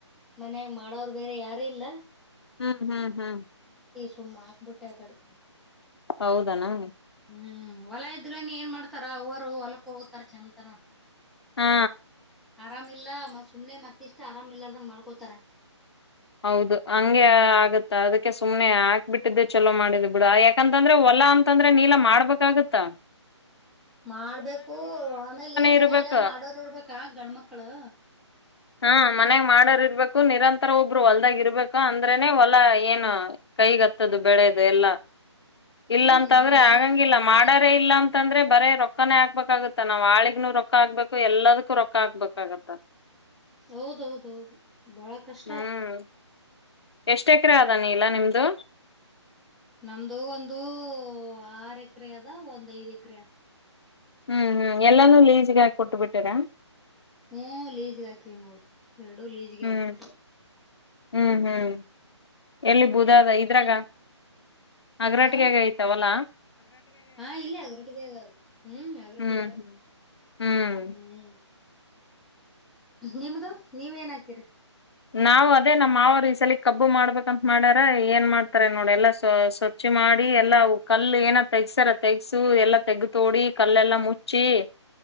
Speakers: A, in the centre; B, on the left (about 60°).
A: ಮನ್ಯಾಗ ಮಾಡೋರು ಬೇರೆ ಯಾರು ಇಲ್ಲ
B: ಹ್ಮ್ ಹ್ಮ್ ಹ್ಮ್
A: ತುಮ್ಮ ಹಾಕ್ಬಿಟ್ಟೆ ಆ ಕಡೆ
B: ಹೌದೇನು
A: ಹ್ಮ್ ಹೊಲ ಇದ್ರನ್ನು ಏನ್ ಮಾಡ್ತಾರ ಅವ್ವರು ಹೊಲಕ್ ಹೋಗ್ತಾರ ಚಂತನ
B: ಹಾ
A: ಆರಾಮಿಲ್ಲ ಮತ್ ಸುಮ್ನೆ ಮತ್ತ ಇಷ್ಟ್ ಆರಾಮ ಇಲ್ಲಾರಂಗ್ ಮಾಡ್ಕೋತಾರ
B: ಹೌದು ಹಂಗೆ ಆಗ ಗುತ್ತಾ ಅದಕ್ಕೆ ಸುಮನೆ ಹಾಕ್ಬ ಬಿಟ್ಟಿದ್ದೆ ಚಲೋ ಮಾಡಿದ್ ಬಿಡ ಯಾಕಂತಂದ್ರ ಹೊಲ ಅಂತಂದ್ರೆ ನೀಲ ಮಾಡ್ಬೇಕಾಗತ್ತಾ
A: ಮಾಡ್ಬೇಕು ಆಮೇಲಿ ಮನ್ಯಾಗ
B: ಇರ್ಬೇಕ
A: ಮಾಡೋರ್ ಇರ್ಬೇಕಾ ಗಂಡ್ಮಕ್ಳು
B: ಹಾ ಮನ್ಯಾಗ ಮಾಡಾರ್ ಇರ್ಬೇಕು ನಿರಂತರ ಹೋಗ ಒಬ್ರು ಹೊಲ್ದಾಗ ಇರ್ಬೇಕು ಅಂದ್ರೆನೆ ಹೊಲ ಏನು ಕೈಗತ್ತ ಬೆಳೆದು ಎಲ್ಲ
A: ಹ್ಮ್
B: ಇಲ್ಲ ಅಂತಂದ್ರೆ
A: ಏನಿಲ್ಲ
B: ಆಗಂಗಿಲ್ಲ ಮಾಡ ಇಲ್ಲ ಅಂತಂದ್ರೆ ಬರೇ ರೊಕ್ಕಾನೇ ಆಕ್ಬೇಕಾಗತ್ತ ನಾವ್ ಆಳಿಗ್ನುೂ ರೊಕ್ಕ ಹಾಕ್ಬೇಕು ಎಲ್ಲದಕ್ಕೂ ರೊಕ್ಕ ಹಾಕ್ಬೇಕಾಗತ್ತ
A: ಹೌದೌದುದು ಬಹಳ ಕಷ್ಟ
B: ಹ್ಮ್ ಎಷ್ಟ ಎಕರೆ ಆದಾನಿ ಇಲ್ಲ ನಿಮ್ದು
A: ನಮ್ದ ಒಂದು ಆರ್ ಎಕರೆ ಅದ ಒಂದ್ ಐದ್ ಎಕರೆ ಅದ
B: ಹ್ಮ್ ಹ್ಮ್ ಎಲ್ಲಾನು ಲೀಜಗ ಕೊಟ್ಟಬಿಟ್ಟಿರ
A: ಹ್ಮ ಲೇಜಗಕ್ಕೆ ನೋಡ ಎರಡ ಲೇಜ್ಿಗೆ
B: ಹ್ಮ್
A: ಹಾಕ್ಬಿಟ್ು
B: ಹ್ಮ್ ಹ್ಮ್ ಎಲ್ಲಿ ಬೂುದಾದ ಇದ್ರಾಗ ಅಗರಾಟಿಗೆಾಗ
A: ಹಾ
B: ಐ್ತಾವಲ್ಲಾ
A: ಹಾ ಇಲ್ಲ ಅದ್ರಟ್ಟಿಗೆ ಆಗದು ಹ್ಮ್ ಅದ್ರಟ್ಟಿಗೆ
B: ಹ್ಮ್
A: ಆಗಲ್
B: ಹ್ಮ್
A: ಹ್ಮ್ ನಿಮ್ದು ನೀವೇಏನ ಹಾಕಿರಿ
B: ನಾವವು ಅದೇ ನಮ್ಮ್ ಮಾವರು ಈ ಸಲ ಕಬ್ಬು ಮಾಡ್ಬೇಕಂತ ಮಾಡ್ಯಾರ ಏನ್ ಮಾಡ್ತಾರ ನೋಡಿ ಎಲ್ಲಾ ಸ್ ಸ್ವಚ್ಿ ಮಾಡಿ ಎಲ್ಲಾ ಕಲ್ಲು ಏನ ತೆಗ್ಸ್ಯಾರ ತೆಗ್ಸು ಎಲ್ಲಾ ತೆಗ ತೋಡಿ ಕಲ್ಲೆಲ್ಲಾ ಮುಚ್ಚಿ